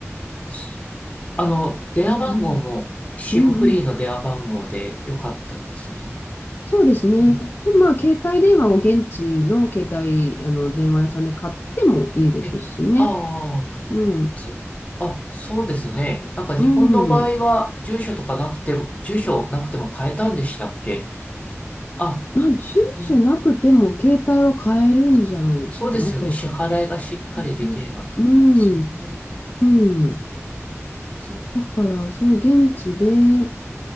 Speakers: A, on the left; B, on the left.
A: すあの、電話番号も
B: うん、
A: SIM
B: うん、
A: フリーの電話番号でよかったんですね。
B: うん。そうですね。
A: うん、
B: で、まあ、携帯電話を現地の携帯、あの、電話屋さんで買ってもいいですしね。
A: え、ああ、
B: うん。
A: そ、あ、そうですね。
B: う
A: なんか日本の場合は住所とかなくても、
B: ん。
A: 住所なくても変えたんでしたっけあ、
B: まあ、住所なくても携帯は買えるんじゃないかなと
A: うん、そそうですよね。支払いがしっかりできればってことですよね。
B: 思います。うん。うん。
A: そっか。
B: だから、そう、現地で、